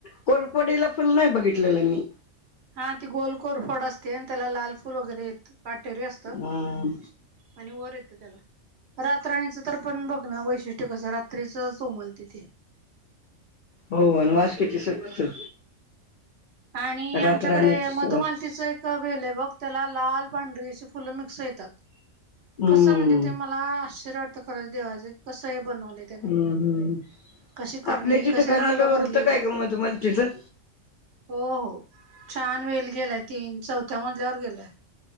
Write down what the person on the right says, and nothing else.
हा ती गोलकोर फड असते आणि त्याला लाल फूल वगैरे येत काटेरी असत.
आणि वर येत त्याला. रात्रणीचं तर पण बघ ना वैशिष्ट्य कसं रात्रीच उमलते ती.
आणि
आमच्याकडे मधुमालतीचं
एक तवेल हे बघ त्याला लाल पांढरी अशी फुलं मिक्स येतात
कसं म्हणजे ते मला आश्चर्य वाटत खरंच देवाचं कसं हे बनवले त्यानं
कशी करणी
कसे
रंग भरले
हो हो छान वेल गेलाय तीन चौथ्या मजल्यावर गेलाय.